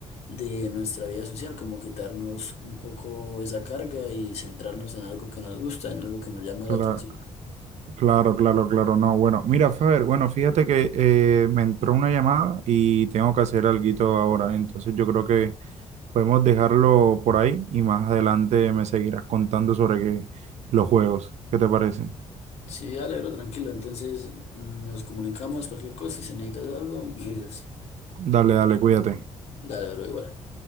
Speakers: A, on the left; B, on the right.
A: de nuestra vida social, como quitarnos un poco esa carga y centrarnos en algo que nos gusta, en algo que nos llama
B: claro,
A: la atención.
B: claro, claro, claro, no. Bueno, mira, Faber, bueno, fíjate que eh, me entró una llamada y tengo que hacer alguito ahora. Entonces yo creo que podemos dejarlo por ahí y más adelante me seguirás contando sobre qué- los juegos. ¿Qué te parece?
A: Sí, dale, bro, tranquilo. Entonces mm, nos comunicamos, cualquier cosa, si necesitas algo, me dices.
B: Dale, dale, cuídate.
A: Dale, bro, igual.